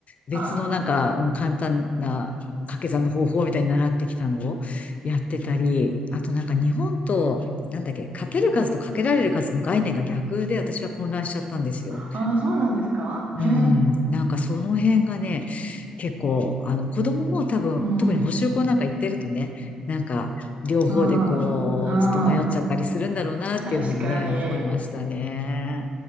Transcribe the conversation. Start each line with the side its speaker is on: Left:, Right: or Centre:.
Left: 別のなんかうん簡単な掛け算の方法みたいに習ってきたのをやってたり、
Right: あ、
Left: あとなんか日本と、なんだっけ、かける数とかけられる数の概念が逆で私は混乱しちゃったんですよ。
Right: ああそうなんですかへえ。
Left: うん、なんかその辺がね、結構、あの子供も多分、
Right: うん。
Left: 特に補習校なんか行ってるとね、なんか両方でこう、
Right: うん。う
Left: ちょっと迷っちゃったりするんだろうなっていうふうにね、
Right: ん。確かに。
Left: 思いましたね。